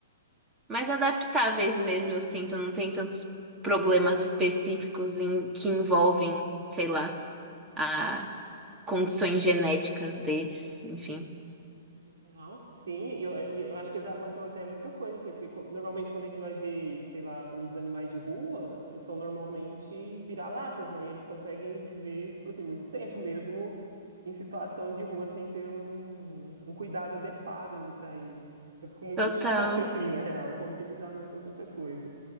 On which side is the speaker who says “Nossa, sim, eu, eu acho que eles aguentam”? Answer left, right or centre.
Right